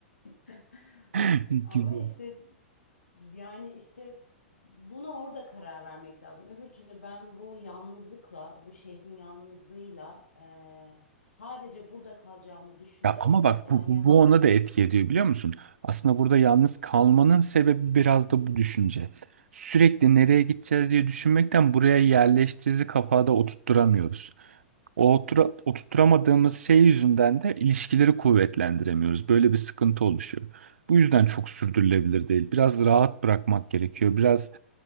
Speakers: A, on the left (about 90°); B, on the right (about 75°).
A: <laughs>
B: <laughs> Güzel.
A: Ama işte yani işte buna orada karar vermek lazım. Öbür türlü ben bu yalnızlıkla, bu şehrin yalnızlığıyla eee, sadece burada kalacağımı düşünerek
B: Ya ama bak
A: plan
B: bu,
A: yap,
B: bu, bu ona da etki ediyor biliyor musun? Aslında burada yalnız kalmanın sebebi biraz da bu düşünce. Sürekli nereye gideceğiz diye düşünmekten buraya yerleştiğimizi kafada oturtturamıyoruz. O otura- oturtturamadığımız şey yüzünden de ilişkileri kuvvetlendiremiyoruz. Böyle bir sıkıntı oluşuyor. Bu yüzden çok sürdürülebilir değil. Biraz rahat bırakmak gerekiyor. Biraz